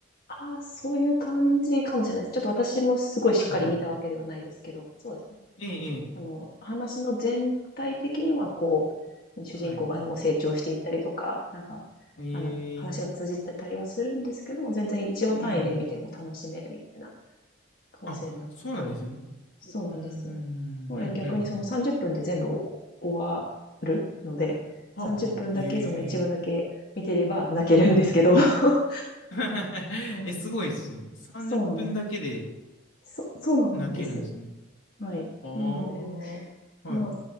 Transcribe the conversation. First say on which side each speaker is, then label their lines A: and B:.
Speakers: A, on the left; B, on the left.
A: ああ、そういう感じかもしれないです。ちょっと私もすごいしっかり見たわけではないですけど、
B: はいはい。
A: そうですね。
B: ええ、ええ、
A: あの、話の全体的にはこう、主人公がもう成長していったりとか、
B: はい。
A: なんか、
B: え
A: あの、話が通じてたりはするんですけども、
B: え、
A: 全然一話単位で見ても楽しめるみたいな
B: うん。
A: 構成になってて、
B: あ、そうなんですね。
A: そうなんですよね。
B: うーん、
A: もうね、
B: うん、
A: 逆にその30分で全部終わるので、
B: うん、うん。はあ、
A: 30分だけその1話だけ見てれば泣けるんですけど、
B: はあ、ええ、は
A: <laughs> は
B: い。<laughs>
A: い。<laughs>
B: え、すごいですね。30分だけで
A: そうなんです。そ、そうなんですよ。
B: 泣けるんですね。
A: はい。
B: ああ、
A: なので、
B: はい。
A: まあ、